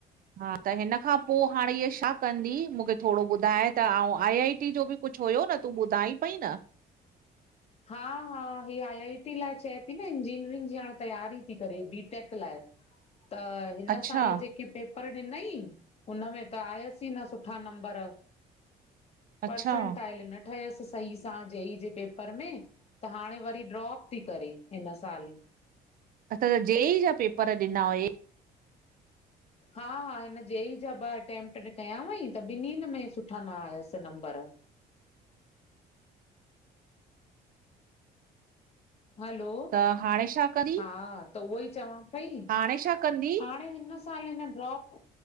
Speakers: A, on the right; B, on the left.
A: हा त हिन खां पो हाणे इह छा कंदी मूंखे थोडो ॿुधाए त ऐं आई आई टी जो बि कुछ हुयो न तूं ॿुधाई पई न।
B: हा हा ही आई आई टी लाइ चए थी न इंजीनियरिंग जी हाणे तयारी थी करे बीटेक लाइ। त हिन
A: अच्छा
B: साल जेके पेपर ॾिनई हुनमें त आयसीं न सुठा नंबर पर्सेंटाइल
A: अच्छा
B: न ठयस सही सां जे ई जे पेप पेपर में त हाणे वरी ड्रॉप थी करे हिन साल।
A: अच्छा त जे ई जा पेपर ॾिना हुयइ।
B: हा हा हिन जे ई जा ॿ अटैम्पट कया हुई त ॿिन्नि में सुठा न आयस नंबर। हलो
A: त हाणे छा कंदी
B: हा त उहो ई चवां पेई हा
A: हाणे छा कंदी
B: हाणे हिन साल हिन ड्रॉप